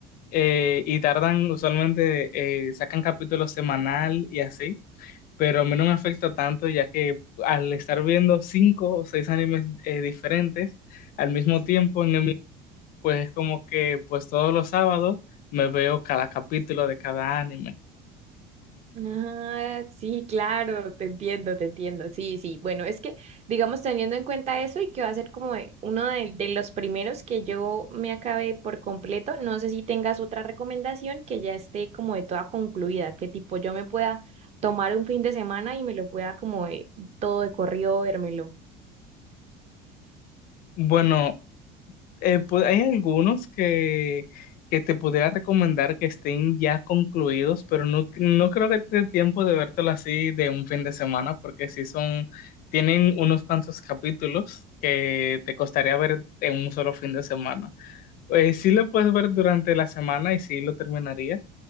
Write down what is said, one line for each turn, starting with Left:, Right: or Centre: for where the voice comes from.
Left: eh, y tardan, usualmente eh, sacan capítulo semanal y así pero a mí no me afecta tanto, ya que al estar viendo cinco o seis animes eh, diferentes al mismo tiempo, en el mi- pues es como que pues todos los sábados me veo cada capítulo de cada anime.
Right: Ah, sí, claro, te entiendo, te entiendo. Sí, sí. Bueno, es que, digamos, teniendo en cuenta eso y que va a ser como eh, uno de, de los primeros que yo me acabe por completo, no sé si tengas otra recomendación que ya esté como de toda concluida, que tipo yo me pueda tomar un fin de semana y me lo pueda como de todo de corrido, vérmelo.
Left: Bueno, eh, pues hay algunos que, que te pudiera recomendar que estén ya concluidos, pero no, no creo que te dé tiempo de vértelo así de un fin de semana, porque sí son, tienen unos cuantos capítulos que te costaría ver en un solo fin de semana. Eh, sí lo puedes ver durante la semana y sí lo terminaría.